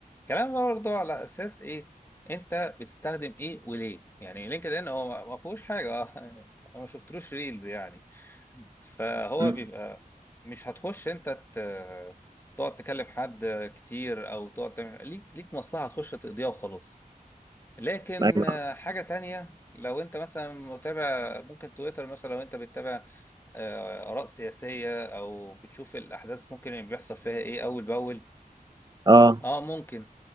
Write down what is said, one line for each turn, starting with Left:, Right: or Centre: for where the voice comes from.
Left: كلام برضه على اساس ايه انت بتستخدم ايه وليه يعني لينكد ان هو ما ما فيهوش حاجة اه يعني انا ما شفتلوش ريلز يعني فهو
Right: مم.
Left: بيبقى مش هتخش انت ت- تقعد تكلم حد كتير او تقعد تعمل ليك ليك مصلحة هتخش تقضيها وخلاص لكن
Right: ايوه
Left: آه، حاجة تانية لو انت مثلا متابع ممكن تويتر مثلا لو انت بتتابع آه، آراء سياسية او بتشوف الاحداث ممكن اللي بيحصل فيها ايه اول باول
Right: اه
Left: اه ممكن